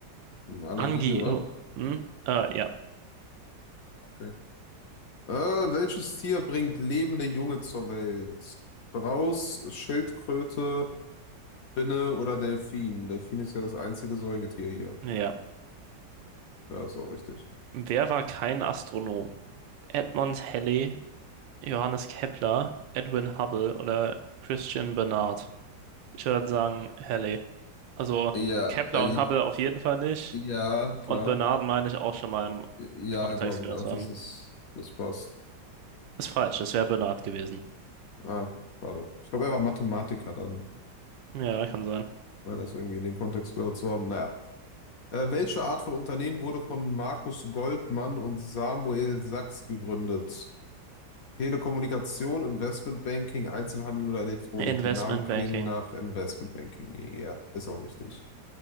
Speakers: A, on the left; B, on the right.
A: Eine Allergie,
B: Angi.
A: oder?
B: oh, Hm? Äh, ja.
A: Okay. Äh, welches Tier bringt lebende Junge zur Welt? Strauß, Schildkröte, Spinne oder Delfin? Delfin ist ja das einzige Säugetier hier.
B: ja.
A: Ja, ist auch richtig.
B: Wer war kein Astronom? Edmond Halley, Johannes Kepler, Edwin Hubble oder Christian Barnard? Ich würde sagen Halley. Also
A: Ja,
B: Kepler
A: äh,
B: und Hubble auf jeden Fall nicht.
A: ja, klar.
B: Und Barnard meine ich auch schon mal im
A: Ja,
B: Kontext
A: glaube
B: gehört
A: ich auch,
B: zu
A: dass
B: haben.
A: das, das passt.
B: Ist falsch, das wäre Barnard gewesen.
A: Ah, schade. Ich glaube, er war Mathematiker dann,
B: Ja, kann sein.
A: weil das irgendwie in dem Kontext gehört zu haben. Naja. Äh, welche Art von Unternehmen wurde von Markus Goldmann und Samuel Sachs gegründet? Telekommunikation, Investmentbanking, Einzelhandel oder Elektronik?
B: Investment
A: Die Namen klingen
B: Banking.
A: nach Investmentbanking. Ja, ist auch richtig.